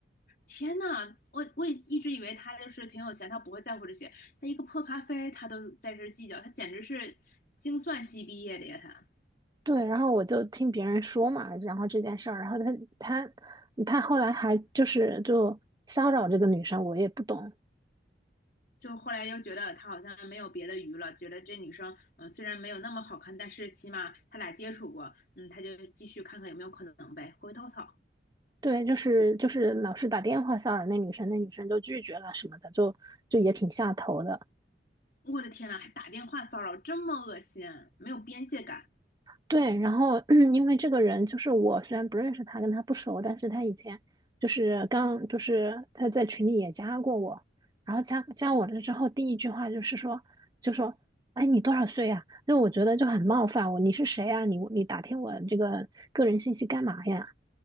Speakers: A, on the left; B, on the right.
A: 天呐，我我也一直以为他就是挺有钱，他不会在乎这些。他一个破咖啡，他都在这儿计较，他简直是精算系毕业的呀！他
B: 对，然后我就听别人说嘛，然后这件事儿，然后他他他后来还就是就骚扰这个女生，我也不懂。
A: 就后来又觉得他好像没有别的鱼了，觉得这女生嗯虽然没有那么好看，但是起码他俩接触过，嗯，他就继续看看有没有可能呗。回头草，
B: 对，就是就是老是打电话骚扰那女生，那女生就拒绝了什么的，就就也挺下头的。
A: 我的天呐，还打电话骚扰，这么恶心，没有边界感。
B: 对，然后 <clears throat> 因为这个人就是我，虽然不认识他，跟他不熟，但是他以前就是刚就是他在群里也加过我，然后加加我了之后，第一句话就是说就说，哎，你多少岁呀、就我觉得就很冒犯我，你是谁呀、你你打听我这个个人信息干嘛呀？